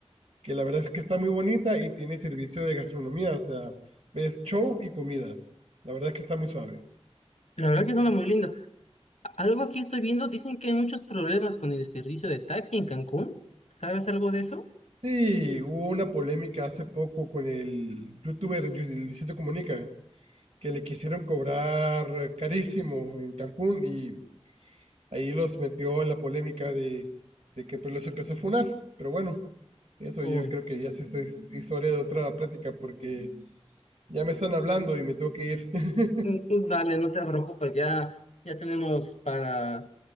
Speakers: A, on the right; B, on the left.
A: que la verdad es que está muy bonita y tiene servicio de gastronomía, o sea, ves show y comida. La verdad es que está muy suave.
B: La verdad que suena muy lindo. A- Algo aquí estoy viendo, dicen que hay muchos problemas con el servicio de taxi en Cancún. ¿Sabes algo de eso?
A: Sí, hubo una polémica hace poco con el youtuber Yu- Luisito Comunica, que le quisieron cobrar carísimo en Cancún y ahí los metió en la polémica de, de que pues los empezó a funar. Pero bueno, eso
B: Uy,
A: yo creo que ya sí es es historia de otra plática porque ya me están hablando y me tengo que ir. <laughs>
B: mm, dale, no te preocupes, ya, ya tenemos para